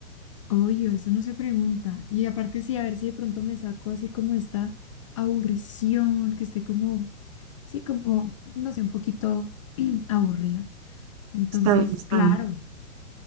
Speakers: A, on the left; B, on the right.
A: obvio, eso no se pregunta. Y aparte sí, a ver si de pronto me saco así como esta aburrición, que estoy como, sí, como, no sé, un poquito <clears throat> aburrida. Entonces,
B: Está bien, está
A: claro,
B: bien.